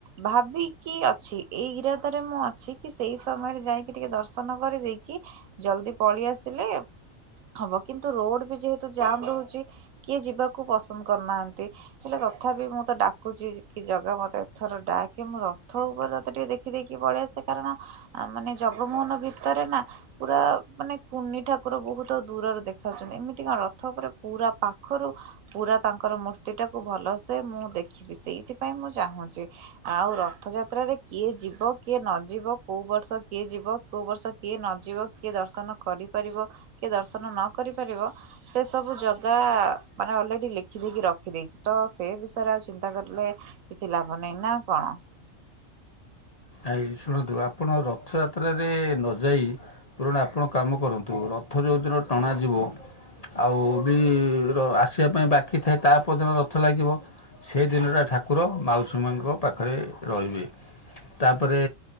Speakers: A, on the right (about 80°); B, on the left (about 35°).
A: ଭାବିକି ଅଛି ଏଇ ଇରାଦାରେ ମୁଁ ଅଛି କି ସେଇ ସମୟରେ ଯାଇକି ଟିକେ ଦର୍ଶନ କରି ଦେଇକି ଜଲଦି ପଳେଇ ଆସିଲେ ହବ କିନ୍ତୁ, ରୋଡ ବି ଯେହେତୁ ଜାମ ରହୁଛି କିଏ ଯିବାକୁ ପସନ୍ଦ କରୁନାହାନ୍ତି। ହେଲେ ତଥା ବିି ମୁଁ ତ ଡାକୁଛି କି ଜଗା ମତେ ଏଥର ଡାକେ ମୁଁ ରଥ ଉପରେ ତତେ ଟିକେ ଦେଖି ଦେଖି ଦେଇକି ପଳେଇଆସେ କାରଣ ମାନେ ଜଗମୋହନ ଭିତରେ ନା ପୁରା ମାନେ କୁନି ଠାକୁର ବହୁତ ଦୂରରେ ଦେଖାଉଛନ୍ତି ଏମିତି କଣ ରଥ ଉପରେ ପୁରା ପାଖରୁ ପୁରା ତାଙ୍କର ମୂର୍ତ୍ତି ଟାକୁ ଭଲସେ ମୁଁ ଦେଖିବି ସେଇଥିପାଇଁ ମୁଁ ଚାହୁଁଛି ଆଉ ରଥଯାତ୍ରାରେ କିଏ ଯିବ କିଏ ନ ଯିବ କୋଉ ବର୍ଷ କିଏ ଯିବ କୋଉ ବର୍ଷ କିଏ ନଯିବ କିଏ ଦର୍ଶନ କରିପାରିବ କିଏ ଦର୍ଶନ ନ କରିପାରିବ ସେ ସବୁ ଜଗା ମାନେ ଅଲରେଡି ଲେଖିଦେଇକି ରଖିଦେଇଛି ତ ସେ ବିଷୟରେ ଆଉ ଚିନ୍ତା କରିଲେ କିଛି ଲାଭ ନାହିଁ ନା କଣ
B: ଆଇ ଶୁଣନ୍ତୁ ଆପଣ ରଥଯାତ୍ରାରେ ନଯାଇ ତୁରୁଣ ଆପଣ କାମ କରନ୍ତୁ ରଥ ଯେଉଁଦିନ ଟଣାାଯିବ ଆଉ ବି ର ଆସିବା ପାଇଁ ବାକି ଥାଏ ତା ପଦିନ ରଥ ଲାଗିବ ସେ ଦିନଟା ଠାକୁର ମାଉସୀ ମାଆଙ୍କ ପାଖରେ ରହିବେ ତାପରେ